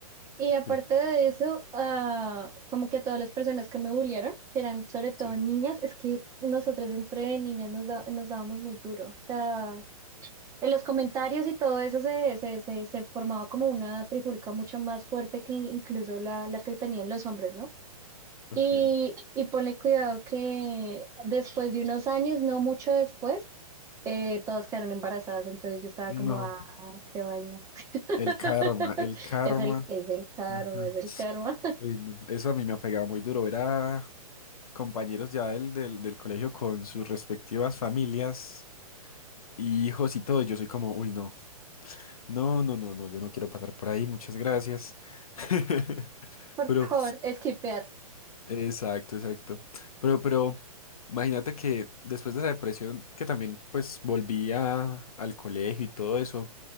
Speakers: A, on the right; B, on the left.
A: Y aparte
B: Sí,
A: de eso, ah, como que todas las personas que me bullearon, que eran sobre todo
B: Sí.
A: niñas, es que nosotros entre niñas nos, da- nos dábamos muy duro. O sea, en los comentarios y todo eso se, se, se, se formaba como una trifulca mucho más fuerte que incluso la, la que tenían los hombres, ¿no?
B: ok.
A: Y, y ponle cuidado que después de unos años, no mucho después, eh, todas quedaron embarazadas, entonces yo estaba
B: No,
A: como, ah, qué vaina. <laughs>
B: el karma, el karma.
A: Es el, es el karma,
B: Ajá.
A: es el karma. <laughs>
B: Uy, no. Eso a mí me ha pegado muy duro. Ver a compañeros ya del, del, del colegio con sus respectivas familias y hijos y todo. Y yo soy como, uy, no, no, no, no, no, yo no quiero pasar por ahí, muchas gracias. <laughs>
A: Por
B: Pero,
A: favor, esquipear.
B: exacto, exacto. Pero, pero, imagínate que después de esa depresión, que también pues volví a- al colegio y todo eso.